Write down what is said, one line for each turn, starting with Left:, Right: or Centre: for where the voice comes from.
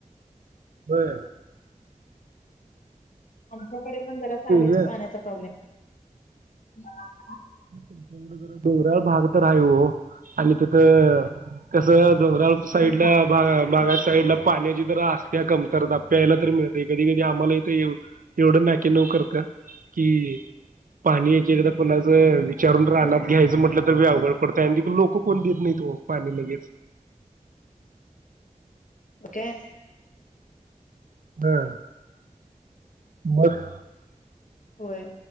Right: होय.
Left: आमच्याकडे पण जरा आहेच
Right: हे
Left: पाण्याचा प्रॉब्लेम. <unintelligible>
Right: तुमच्याकडं जरा डोंगराळ भाग तर हाय वो आणि त त कसं डोंगराळ साईड
Left: हम्म
Right: ला भा बागाईत साईडला पाण्याची तर आस्त्या कमतरता प्यायला तर मिळतय कधी-कधी आम्हाला हित एवढं नाके नऊ करत, कि पाणी एक-एकदा कोणाचं. वीचारून रानांत
Left: हो
Right: घ्यायचं म्हटलं, तर लय अवघड पडतेय आणि लोक कोण देत नाईत वो पाणी लगेच.
Left: ओके.
Right: हा मग.
Left: होय.